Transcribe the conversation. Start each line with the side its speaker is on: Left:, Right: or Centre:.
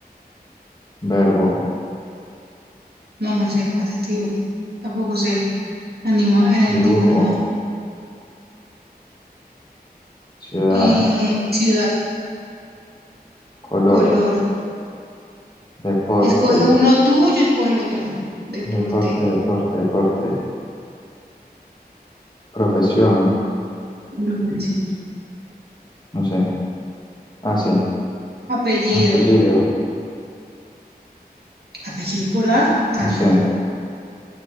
Left: Verbo,
Right: No, me sé, adjetivo. Tampoco sé. Anima, eh,
Left: dibujo,
Right: digo animado.
Left: ciudad,
Right: Eh, ciudad,
Left: color,
Right: color.
Left: deporte,
Right: Escoge uno tú, yo escoge el otro. Deporte.
Left: deporte, deporte, deporte. Profesión,
Right: Profesión.
Left: no sé. Ah, sí.
Right: Apellido.
Left: Apellido,
Right: Apellido por A. Ah,
Left: no
Right: ya.
Left: sé.